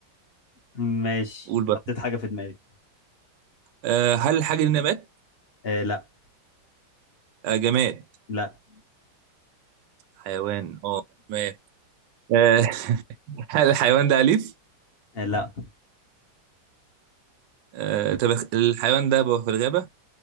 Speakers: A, on the left; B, on the right.
A: ماشي
B: قول بقى
A: حطيت حاجة في دماغي
B: أه هل الحاجه دي نبات
A: أه لا
B: أه جماد
A: لا
B: حيوان اه تمام أه <laughs> هل الحيوان ده اليف
A: أه لا
B: أه طب الحيوان ده بيبقى في الغابه